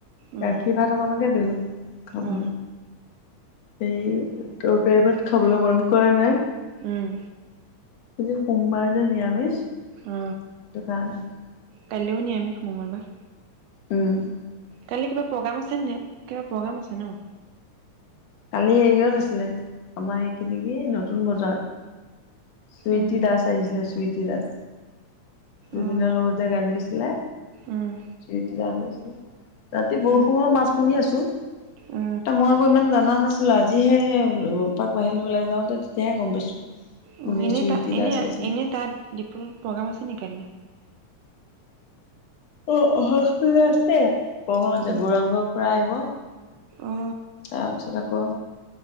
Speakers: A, on the right; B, on the left.
A: উম
B: গাখীৰ ভাত অকনকে দিলো। খাবলৈ,
A: অ
B: এই ', তৰকাৰী -ভাত খাবলৈ মন কৰা নাই
A: উম
B: আজি সোমবাৰ যে, নিৰামিষ সেইটো
A: অ
B: কাৰণে, -
A: কাইলৈও নিৰামিষ মঙ্লবাৰ।
B: উম্',
A: কালি কিবা প্ৰগ্ৰাম আছে নে কিবা প্ৰ'গ্ৰাম আছে ন',?
B: কালি এৰিয়ত আছিলে আমাৰ এইখিনি যে নতুন - বজাৰ। চুইতি
A: উম
B: দাস আহিছিলে, চুইতী, - ধিৰাজ, জুবিনৰ
A: উম
B: লগতে যে গান গাইছে, লে,
A: উম
B: <unintelligible> ৰাতি বহুত
A: উম
B: সময়ত
A: উম
B: মাছ শুনি আছো।
A: অ
B: ত মই গৈ ইমান যাম। জনা নাছিলো আজিহে এপাক বাহিৰলৈ ওলাই যাওঁতে তেতিয়াহে গম পাইছো। কোনে
A: অ এনেই
B: চুইটি
A: তা এনেই
B: দাস আহিছিল
A: এনেই তাত ডিপত প্ৰগ্ৰাম আছে নেকি?
B: অ অহা কালে আছে। প্ৰগাম আছে
A: উম
B: গৌৰাংগ খুৰা আহিব।
A: অ
B: তাৰপিছত আকৌ।